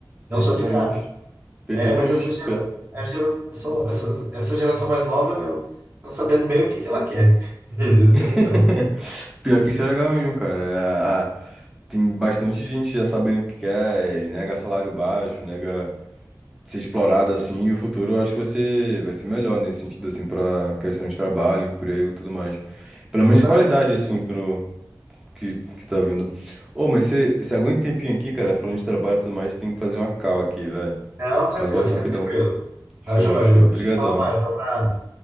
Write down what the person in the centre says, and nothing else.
Exatamente.
Perfeitamente.
Pior.
<laughs>
Pior que isso é legal mesmo, cara. É, a- tem bastante gente já sabendo o que quer, é, nega salário baixo, nega. ser explorado assim, e o futuro eu acho que vai ser, vai ser melhor nesse sentido, assim, pra questão de trabalho, emprego e tudo mais. Pelo
menos de qualidade, assim, pro que, que tá vindo. Ô, mas você você aguenta um tempinho aqui, cara, falando de trabalho e tudo mais, tem que fazer uma call aqui, velho.
Mas eu volto
rapidão.
Show,
show.
Obrigadão.